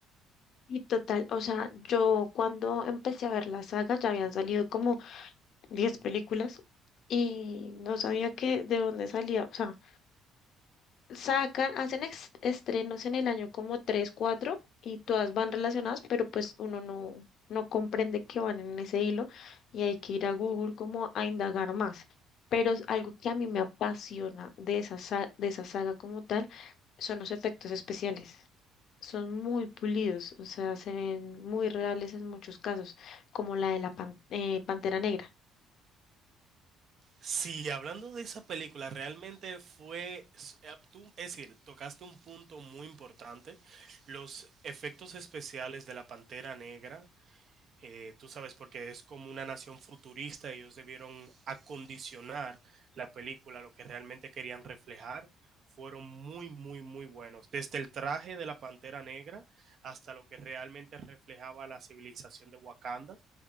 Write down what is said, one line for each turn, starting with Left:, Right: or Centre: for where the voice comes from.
Left: Y total, o sea, yo cuando empecé a ver la saga ya habían salido como 10 películas y no sabía que de dónde salía. O sea, sacan, hacen ex- estrenos en el año como 3 4 y todas van relacionadas, pero pues uno no, no comprende que van en ese hilo y hay que ir a Google como a indagar más. Pero es algo que a mí me apasiona de esa, sa- de esa saga como tal son los efectos especiales. Son muy pulidos, o sea, se ven muy reales en muchos casos, como la de la pan- eh, Pantera Negra.
Right: Sí, hablando de esa película, realmente fue, s- eh, tú- es decir, tocaste un punto muy importante. Los efectos especiales de la Pantera Negra, eh, tú sabes, porque es como una nación futurista, ellos debieron acondicionar la película, lo que realmente querían reflejar, fueron muy, muy, muy buenos. Desde el traje de la Pantera Negra hasta lo que realmente reflejaba la civilización de Wakanda,